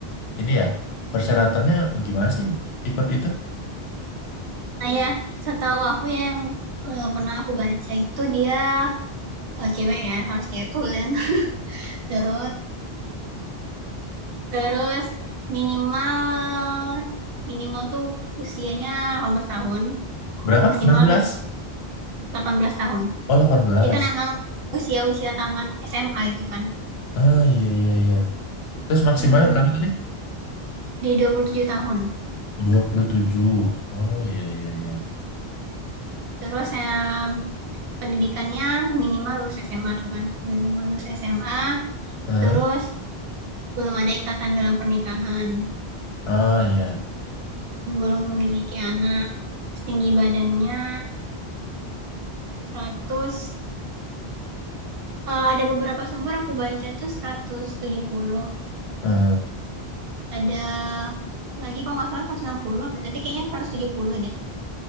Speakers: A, on the left (about 80°); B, on the right (about 70°).
A: ini ya persyaratannya gimana sih ikut itu?
B: Nah, ya, setahu aku ya yang eh, pernah aku baca itu dia eh, cewek ya, harus cewek tulen. <laughs> Terus, terus minimal minimal tuh usianya 18 tahun,
A: <laughs> Berapa?
B: maksimal
A: enam belas
B: dua- 18 tahun.
A: Oh, delapan belas,
B: Jadi kan emang usia-usia tamat SMA itu kan.
A: Ah, iya, iya, iya. Terus maksimalnya
B: Mm,
A: berapa tadi?
B: di 27 tahun.
A: 27. Oh, iya, iya, iya.
B: Terus saya pendidikannya minimal lulus SMA tuh kan. Minimal lulus SMA,
A: Ah,
B: terus belum ada ikatan dalam pernikahan,
A: ah, iya.
B: belum memiliki anak. Setinggi badannya 100 eh, ada beberapa sumber aku baca tuh seratus tujuh puluh
A: Ah,
B: Ada lagi kalau nggak salah 160 apa, tapi kayaknya 170 deh.